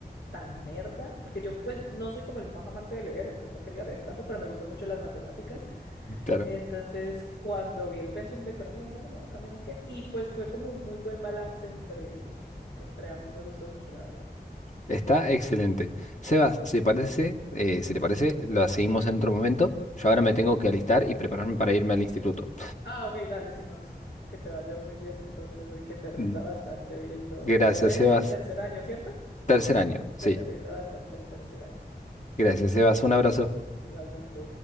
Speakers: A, on the left; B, on the left.
A: tan nerda, porque yo pues no soy como el más amante de leer, entonces no quería leer tanto, pero me gustan mucho las matemáticas.
B: Claro.
A: Entonces, cuando vi el pensum de economía, dije, bueno, me voy a cambiar, no sé qué, y pues fue como un muy buen balance entre, entre ambos, me gustó mucho, la verdad.
B: Está excelente. Sebas, si parece, eh, si te parece, lo seguimos en otro momento. Yo ahora me tengo que alistar y prepararme para irme al instituto.
A: Ah, ok, dale, si no, s- que te vaya muy bien entonces, y que te rinda
B: <laughs>
A: bastante viendo,
B: Gracias,
A: estás en
B: Sebas.
A: el tercer año, ¿cierto?
B: Tercer año, sí.
A: Que te rinda bastante el tercer año.
B: Gracias, Sebas. Un abrazo.
A: Igualmente.